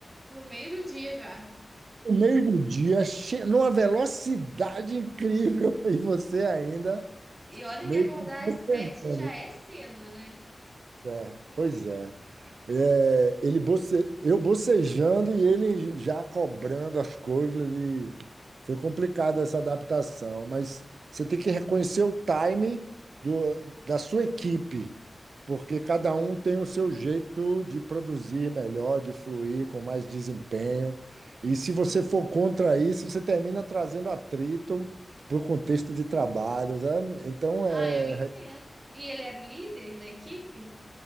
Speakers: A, on the right (about 35°); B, on the right (about 85°).
A: No meio do dia já.
B: no meio do dia, che- numa velocidade incrível, <laughs> e você ainda
A: E olha
B: meio
A: que acordar
B: que bocejando.
A: às sete já é cedo, né?
B: É, pois é. É, ele boce... Eu bocejando e ele já cobrando as coisas. E... Foi complicado essa adaptação, mas você tem que reconhecer o time do... da sua equipe, porque cada um tem o seu jeito de produzir melhor, de fluir com mais desempenho. E se você for contra isso, você termina trazendo atrito para o contexto de trabalho, né? Então, é
A: Ah, eu entendo. E ele era o líder da equipe?